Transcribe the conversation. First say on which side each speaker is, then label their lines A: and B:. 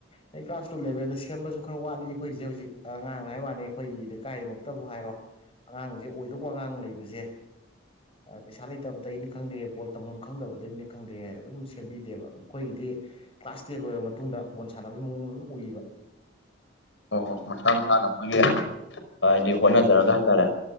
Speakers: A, on the left; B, on the left.
A: ꯑꯩ ꯀ꯭ꯂꯒꯥꯁꯔꯨꯠ ꯂꯦꯚꯦꯜꯗ ꯁꯦꯝꯕꯁꯨ ꯈꯔ ꯋꯥꯠꯂꯤ ꯑꯩꯈꯣꯏꯁꯦ ꯍꯧꯖꯤꯛ ꯑꯉꯥꯡ ꯍꯥꯏ ꯋꯥꯅꯤ ꯑꯩꯈꯣꯏ ꯂꯩꯀꯥꯏꯃꯛꯇꯕꯨ ꯍꯥꯏꯔꯣ ꯑꯉꯥꯡꯁꯦ ꯑꯣꯏꯗꯧꯕ ꯑꯉꯥꯡ ꯂꯩꯕꯁꯦ ꯄꯩꯁꯥ ꯂꯩꯇꯕꯗꯩꯅꯤ ꯈꯪꯗꯦ ꯕꯣꯜ ꯇꯝꯐꯝ ꯈꯪꯗꯕꯗꯩꯅꯤ ꯈꯪꯗꯦ ꯑꯗꯨꯝ ꯁꯦꯝꯕꯤꯗꯦꯕ ꯑꯩꯈꯣꯏꯒꯤꯗꯤ ꯀ꯭ꯂꯥꯁ ꯇꯦꯟ ꯂꯣꯏꯔꯕ ꯃꯇꯨꯡꯗ ꯕꯣꯜ ꯁꯥꯟꯅꯕꯒꯤ ꯃꯑꯣꯡ ꯑꯗꯨꯝ ꯎꯈꯤꯕ
B: ꯑꯣꯣꯏ ꯍꯣ ꯃꯁꯥ ꯃꯁꯥꯅ ꯑꯩꯈꯣꯏꯒꯤ ꯍꯥꯏꯗꯤ ꯍꯣꯠꯅꯖꯔꯒ ꯍꯥꯏꯇꯥꯔꯦ